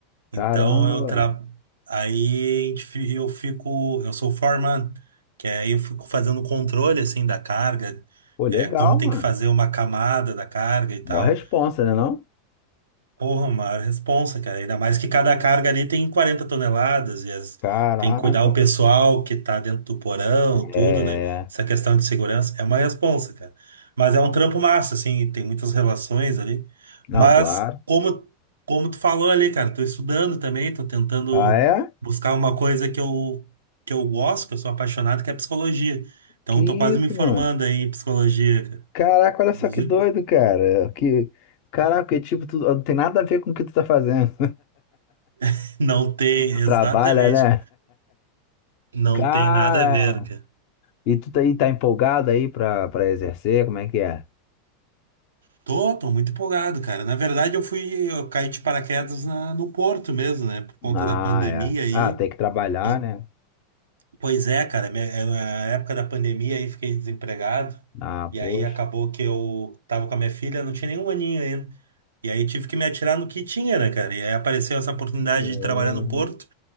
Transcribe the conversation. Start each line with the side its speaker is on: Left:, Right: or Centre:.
Left: Caramba.
Right: então eu tra... aí a gente fi- eu fico, eu sou foreman, que aí eu fico fazendo controle assim da carga,
Left: Pô, legal,
Right: é, como tem
Left: mano.
Right: que fazer uma camada da carga e tal.
Left: Mó responsa, né, não?
Right: Porra, maior responsa, cara. Ainda mais que cada carga ali tem 40 toneladas e as-
Left: Caraca.
Right: tem que cuidar o pessoal que tá dentro do porão, tudo,
Left: É.
Right: né? Essa questão de segurança é uma responsa, cara. Mas é um trampo massa, assim, tem muitas relações ali.
Left: Não,
Right: Mas
Left: claro.
Right: como, como tu falou ali, cara, tô estudando também, tô tentando
Left: Ah, é?
Right: buscar uma coisa que eu, que eu gosto, que eu sou apaixonado, que é psicologia. Então,
Left: Que
Right: tô quase
Left: isso,
Right: me formando
Left: mano?
Right: aí em psicologia, cara.
Left: Caraca, olha só
Right: Nos
Left: que
Right: ú-
Left: doido, cara. Que... Caraca, tipo, tu... não tem nada a ver com o que tu tá fazendo.
Right: <laughs> Não tem,
Left: Tu
Right: exatamente,
Left: trabalha, né?
Right: Não
Left: Cara,
Right: tem nada a ver, cara.
Left: e tu tá aí, tá empolgado aí pra, pra exercer? Como é que é?
Right: Tô, tô muito empolgado, cara. Na verdade, eu fui, eu caí de paraquedas na- no Porto mesmo, né? Por conta
Left: Ah,
Right: da pandemia
Left: é.
Right: aí.
Left: Ah, tem que trabalhar,
Right: E,
Left: né?
Right: pois é, cara, minha- é, na época da pandemia aí fiquei desempregado.
Left: Ah,
Right: E
Left: poxa.
Right: aí acabou que eu tava com a minha filha, não tinha nenhum aninho ainda. E aí tive que me atirar no que tinha, né, cara? E aí apareceu essa oportunidade
Left: Hum.
Right: de trabalhar no Porto.